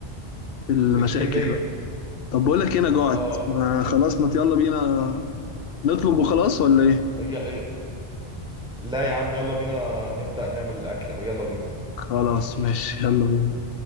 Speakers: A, on the left (about 70°); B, in the centre.
A: في المشاكل
B: في الكمية
A: بقى طب بقول لك إيه، انا جوعت
B: اه
A: ما خلاص ما يلا بينا نطلب وخلاص ولا ايه
B: يا... لا يا عم يلا بينا نبدأ نعمل الأكلة يلا بينا
A: خلاص ماشي يلا بينا